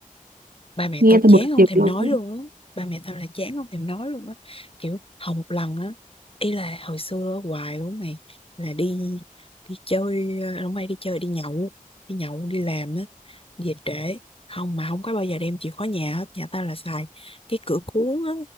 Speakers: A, on the left; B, on the right.
A: ba mẹ
B: nghe
A: tao
B: tao
A: chán
B: bực
A: không
B: dọc
A: thèm
B: luôn
A: nói luôn á ba mẹ tao là chán không thèm nói luôn á kiểu hầu một lần á ý là hồi xưa hoài luôn mày là đi đi chơi ờ, không may đi chơi đi nhậu đi nhậu đi làm á về trễ không mà không có bao giờ đem chìa khóa nhà hết nhà tao là xài cái cửa cuốn á